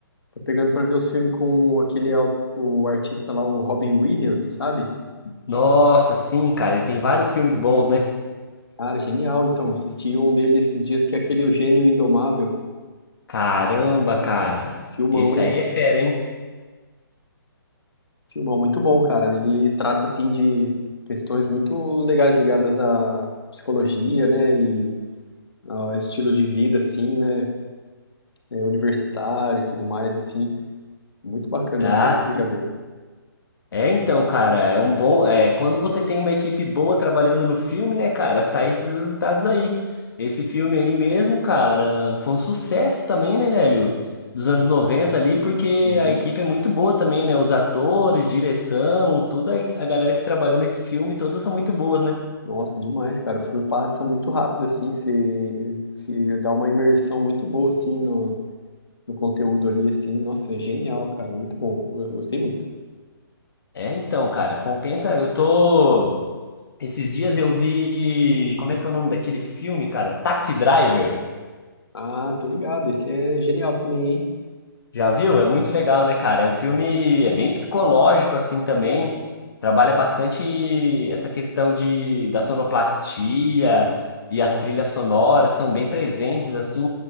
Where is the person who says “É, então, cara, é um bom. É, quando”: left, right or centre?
Left